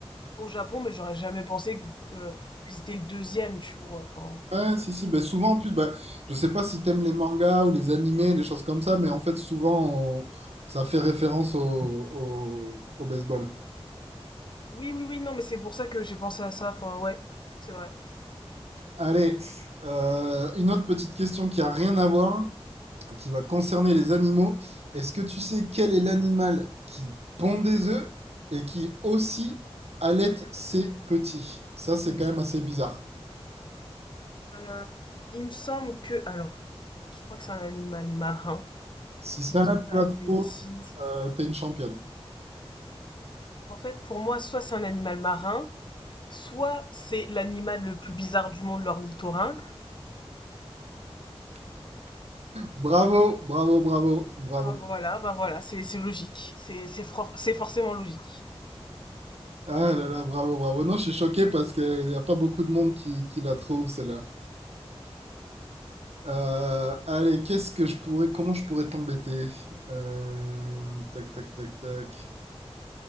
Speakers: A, on the left; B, on the right.
A: au Japon, mais j'aurais jamais pensé que, euh, que c'était le deuxième, tu vois. Enfin,
B: Ouais, si, si. Bah, souvent, en plus, bah, je sais pas si t'aimes les mangas ou les animés, les choses comme ça, mais en fait, souvent, on- ça fait référence au, au- au baseball.
A: oui, oui, oui. Non, mais c'est pour ça que j'ai pensé à ça. Enfin, ouais, c'est vrai.
B: Allez, euh, une autre petite question qui a rien à voir. qui va concerner les animaux. Est-ce que tu sais quel est l'animal qui pond des œufs et qui aussi allait ses petits Ça, c'est quand même assez bizarre.
A: Euh, il me semble que, alors, je crois que c'est un animal marin,
B: Si
A: si
B: celle-là,
A: je dis pas
B: tu la
A: de
B: trouves,
A: bêtises.
B: euh, t'es une championne.
A: En fait, pour moi, soit c'est un animal marin. Soit c'est l'animal le plus bizarre du monde, l'ornithorynque.
B: Bravo, bravo, bravo, bravo.
A: Ah bah voilà, bah voilà, c'est c'est logique, c'est c'est for- c'est forcément logique.
B: Ah là là, bravo, bravo. Non, je suis choqué parce qu'il n'y a pas beaucoup de monde qui, qui la trouve, celle-là. Euh, allez, qu'est-ce que je pourrais, comment je pourrais t'embêter? Euh, tac, tac, tac, tac.